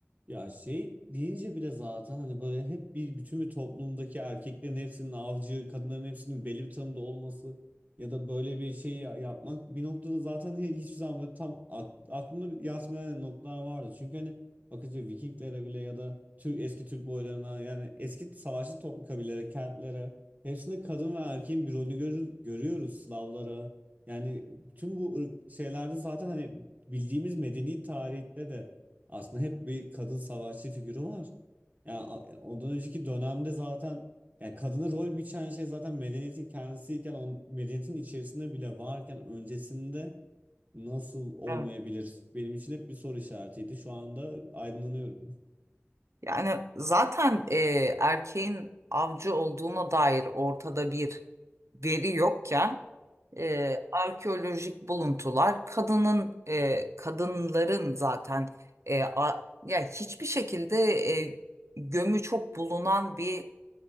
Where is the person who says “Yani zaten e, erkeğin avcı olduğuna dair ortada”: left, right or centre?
Right